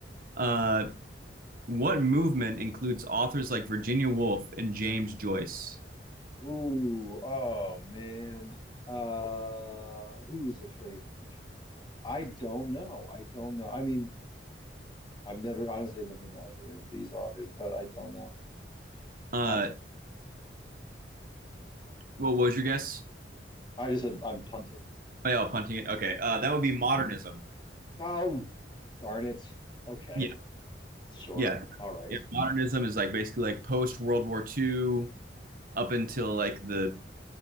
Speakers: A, on the right (about 50°); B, on the left (about 25°).
A: Uh, what movement includes authors like Virginia Woolf and James Joyce?
B: Ooh, oh man. Uh, who's afraid of Virginia Woolf? I don't know. I don't know. I mean, I've never honestly I've never read either of these authors, but I don't know.
A: Uh,
B: Punt.
A: what was your guess?
B: I just said I'm punting.
A: Oh, yeah, punting it. Okay. Uh, that would be modernism.
B: Oh, darn it. Okay.
A: Yeah,
B: Sure.
A: yeah,
B: All right.
A: yeah. Modernism is like basically like post World War II up until like the